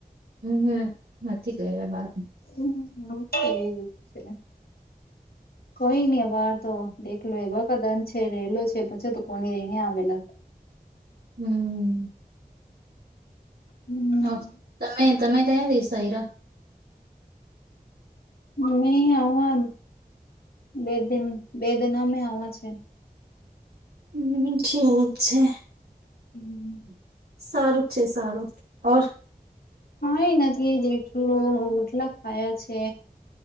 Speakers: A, on the right; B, on the left.
A: હમ હમ નથી ગ્યા બાત
B: હમ હ તે છેને કોઈ નહી અ બાર તો દેખલો એ વખત અંધ છે રહેેલો છે પછી તો કોની રને આવેલા
A: હમ.
B: હમ
A: ઓ તમે તમે કયા વિસઈરા?
B: મે આણંદ <unintelligible> બે દ બે દન અમે આવા છે.
A: હમ ઠીક છે.
B: હમ.
A: સારું છે સારુંર ઓર
B: કઈ નથી જેટલું રોટલા ખાયા છે.